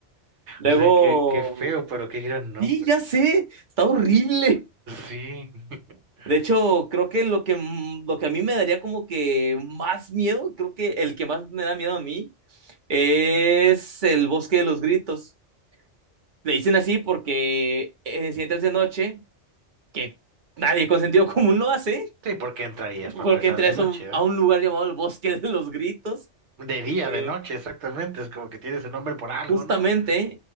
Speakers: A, on the right; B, on the right.
A: Luego,
B: O sea, qué, qué feo, pero qué gran nombre.
A: sí, ya sé, está horrible.
B: Sí. <laughs>
A: De hecho, creo que lo que, m- lo que a mí me daría como que más miedo, creo que el que más me da miedo a mí, es el bosque de los gritos. Le dicen así porque eh, si entras de noche, que nadie con sentido común <laughs> lo hace
B: Sí, porque entrarías
A: porque
B: para empezar
A: entré
B: de noche,
A: a un,
B: ¿verdad?
A: a un lugar llamado el Bosque de los Gritos.
B: De día,
A: Eh,
B: de noche, exactamente. Es como que tienes el nombre por algo,
A: justamente
B: ¿no?